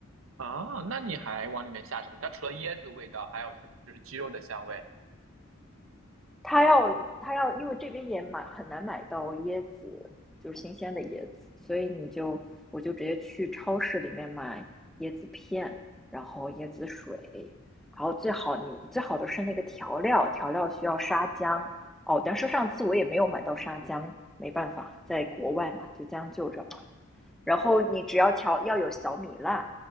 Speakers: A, on the right (about 75°); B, in the centre.
A: 啊，那你还往里面下什么？它除了椰子味道，还有什么？就是鸡肉的香味。
B: 他要他要，因为这边也买很难买到椰子，就是新鲜的椰子，所以你就我就直接去超市里面买椰子片，然后椰子水，然后最好你最好的是那个调料，调料需要沙姜哦，但是上次我也没有买到沙姜，没办法，在国外嘛，就将就着吧。然后你只要调要有小米辣，